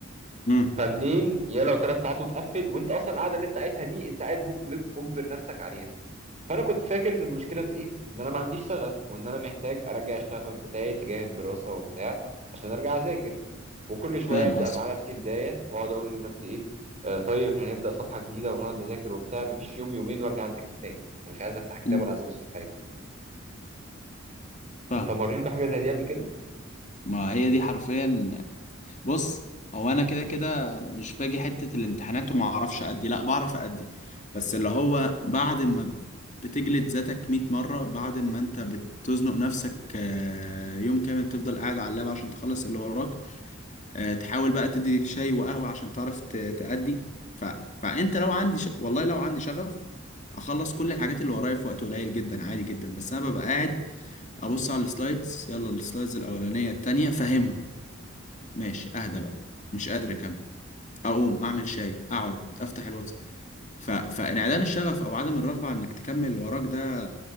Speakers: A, on the left (about 35°); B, on the right (about 35°).
A: امم
B: فمنين يا لو ثلاث ساعات وتقفل وانت اصلا القعده اللي انت قاعدها دي انت قاعد مج- مجبر نفسك عليها فانا كنت فاكر ان المشكله في ايه ان انا ما عنديش شغف وان انا محتاج ارجع الشغف بتاعي تجاه الدراسه وبتاع عشان ارجع اذاكر وكل شويه
A: فاهم
B: ابدا
A: قصدك
B: مع نفسي بدايه واقعد اقول لنفسي ايه آه طيب احنا هنبدا صفحه جديده ونقعد نذاكر وبتاع مفيش يوم يومين وارجع انتكس تاني ومش عايز افتح كتاب
A: أمم،
B: ولا عايز ابص في حاجه
A: فاهم
B: انت مريت بحاجه زي دي قبل كده
A: ما هي دي حرفيا بص هو انا كده كده مش باجي حتة الامتحانات وما اعرفش ادي لا بعرف ادي بس اللي هو بعد ما بتجلد ذاتك 100 مرة بعد ما انت بتزنق نفسك آه، يوم كامل تفضل قاعد على اللاب عشان تخلص اللي وراك آه، تحاول بقى تدي شاي وقهوة عشان تعرف ت- تأدي ف... فانت لو عندي ش... والله لو عندي شغف اخلص كل الحاجات اللي ورايا في وقت قليل جدا عادي جدا بس انا ببقى قاعد ابص على السلايدز يلا السلايدز الاولانية التانية فاهمهم ماشي اهدى بقى مش قادر اكمل اقوم اعمل شاي اقعد افتح الواتس ف... فانعدام الشغف او عدم الرغبه على انك تكمل اللي وراك ده